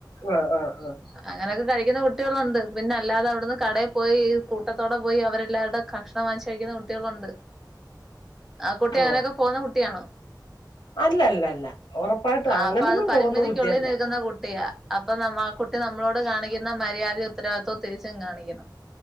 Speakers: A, on the left; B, in the centre.
A: ആ ആഹ് ആഹ്
B: അങ്ങനെക്കെ കഴിക്കുന്ന കുട്ടികളൊണ്ട് പിന്നല്ലാതെ അവിടുന്ന് കടയി പോയി കൂട്ടത്തോടെ പോയി അവരെല്ലാവർടെ ക വാങ്ങിച്ചു കഴിക്കുന്ന കുട്ടികളൊണ്ട് ആ കുട്ടി
A: ആഹ്
B: അങ്ങനെക്കെ പോകുന്ന കുട്ടിയാണോ
A: അല്ല അല്ല അല്ല ഉറപ്പായിട്ടും
B: ആഹ്
A: അങ്ങനൊന്നും
B: അപ്പൊ അത് പരിമിതിക്കുള്ളിൽ
A: പോകുന്ന കുട്ടിയല്ല
B: നിൽക്കുന്ന കുട്ടിയാ അപ്പൊ നമ്മ ആ കുട്ടി നമ്മളോട് കാണിക്കുന്ന മര്യാദയും ഉത്തരവാദിത്വവും തിരിച്ചും കാണിക്കണം